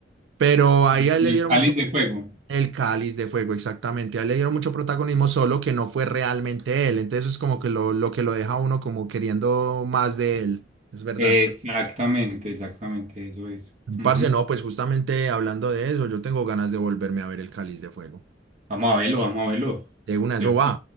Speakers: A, on the right; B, on the right.
A: Pero ahí
B: En
A: a él le
B: El
A: dieron
B: cáliz
A: mucho
B: de fuego.
A: el Cáliz de Fuego, exactamente. A él le dieron mucho protagonismo, solo que no fue realmente él. Entonces es como que lo, lo que lo deja a uno como queriendo más de él. Es verdad.
B: Exactamente, exactamente, eso es. Ujú.
A: Parce, no, pues justamente hablando de eso, yo tengo ganas de volverme a ver el Cáliz de Fuego.
B: Vamos a verlo, vamos a verlo.
A: De una, eso
B: De una.
A: va.